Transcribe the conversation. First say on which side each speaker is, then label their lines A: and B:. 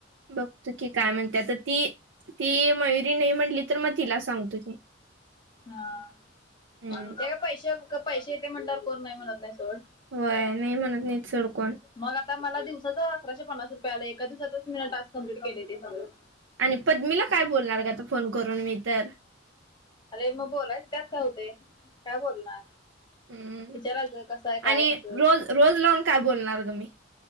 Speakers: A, on the right; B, on the left.
A: बघतो की काय म्हणतेता ती ती मयुरी नाही म्हणली तर्र मग तिला सांगतो की
B: हा
A: हम्म
B: त्या का पैशा पैसे येते म्हटल्यावर कोण नाही म्हणत नाही सोड
A: वय
B: ह
A: नाही म्हणत नाहीत सोड कोण
B: मग आता आता मला दिवसाचा अकराशे पन्नास रुपया आला एका दिवसातच मी टाक कं्प्लीट केले ते सगं
A: आणि पद्मीला काय बोलणार का आता फोन करून मी तर
B: अरे मग बोलायच त्यात होते काय बोलणार
A: हम्
B: विचारायचं कसं आहे काय
A: आणि
B: कसं
A: रोज रोज लावून काय बोलणार ग मी